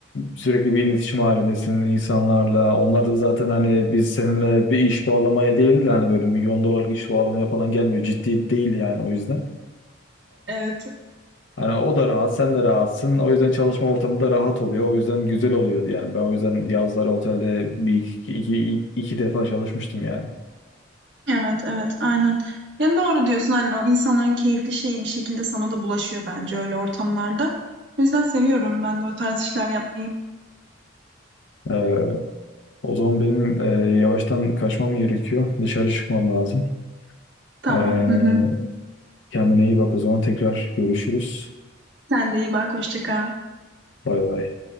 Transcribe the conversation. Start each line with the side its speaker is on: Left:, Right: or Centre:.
Left: sürekli bir iletişim halindesin insanlarla onlar da zaten hani biz seninle bir iş bağlamaya değil de hani böyle milyon dolarlık iş bağlamaya falan gelmiyor ciddi değil yani o yüzden.
Right: Evet.
Left: Hani o da rahat, sen de rahatsın. O yüzden çalışma ortamı da rahat oluyor. O yüzden güzel oluyordu yani. Ben o yüzden yazları otelde bir iki, iki, iki defa çalışmıştım yani.
Right: Evet, evet, aynen. Yani doğru diyorsun. Aynen o insanların keyifli şeyi bir şekilde sana da bulaşıyor bence öyle ortamlarda. O yüzden seviyorum ben de o tarz işler yapmayı.
Left: Ee, o zaman benim e, yavaştan kaçmam gerekiyor. Dışarı çıkmam lazım.
Right: Tamam.
Left: Ee,
Right: Hı hı.
Left: kendine iyi bak o zaman. Tekrar görüşürüz.
Right: Sen de iyi bak. Hoşça kal.
Left: Bay bay.